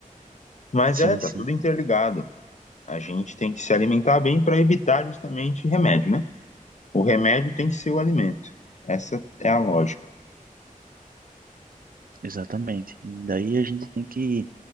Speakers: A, on the left (about 55°); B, on the right (about 80°).
A: Mas
B: Sim,
A: é, tá
B: sim,
A: tudo interligado. A gente tem que se alimentar bem para evitar justamente remédio, né? O remédio tem que ser o alimento. Essa é a lógica.
B: exatamente. E daí a gente tem que